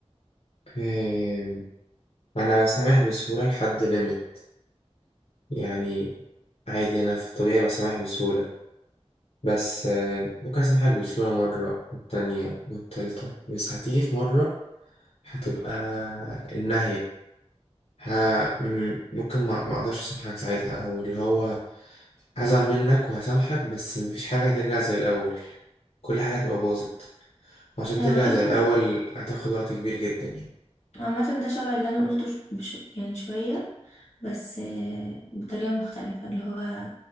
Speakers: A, on the left (about 65°); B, on the left (about 90°).
A: أم... انا بسامح بسهولة لحد ليميت يعني عادي انا في الطبيعي بسامح بسهولة بس أم، ممكن اسامحك بسهولة مرة والتانية والتالتة بس هتيجي في مرة هتبقى النهاية ها م- ممكن ما ما اقدرش اسامحك ساعتها او اللي هو هزعل منك وهسامحك بس مفيش حاجه هترجع زي الاول كل حاجه هتبقى باظت وعشان
B: عامة
A: ترجع زي الاول هتاخد وقت كبير جدا يعني
B: عامة ده شبه اللي انا قلته ش... بش... يعني شوية بس آه، بطريقة مختلفة اللي هو